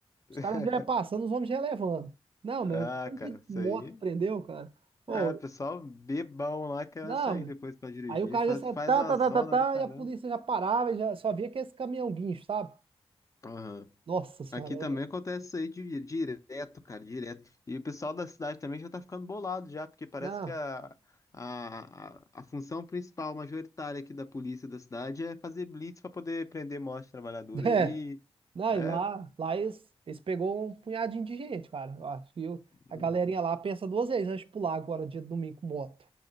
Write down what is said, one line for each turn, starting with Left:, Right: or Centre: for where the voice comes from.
Left: <laughs>
Right: Os caras já iam passando, os homens já iam levando. Não, mas
Left: Ah,
Right: um monte
Left: cara,
Right: de
Left: isso
Right: moto
Left: aí.
Right: que prendeu, cara. Pô,
Left: É, pessoal bebão lá quer
Right: não.
Left: sair
Right: velho.
Left: depois pra dirigir.
Right: Aí o cara
Left: Faz,
Right: já saia,
Left: faz
Right: tá,
Left: uma
Right: tá,
Left: zona
Right: tá, tá, tá,
Left: do caramba.
Right: e a polícia já parava, e já só via aquele caminhão guincho, sabe?
Left: Aham.
Right: Nossa senhora,
Left: Aqui também
Right: é.
Left: acontece isso aí di- direto, cara, direto. E o pessoal da cidade também já tá ficando bolado já, porque parece
Right: Não.
Left: que a, a, a, a função principal, majoritária aqui da polícia da cidade é fazer blitz pra poder prender morte trabalhadora
Right: <laughs> É.
Left: aí.
Right: Não,
Left: É.
Right: e lá, lá eles, eles pegou um punhadinho de gente, cara. Eu acho que eu- a
Left: hum.
Right: galerinha lá pensa duas vezes antes de pular agora, dia de domingo com moto.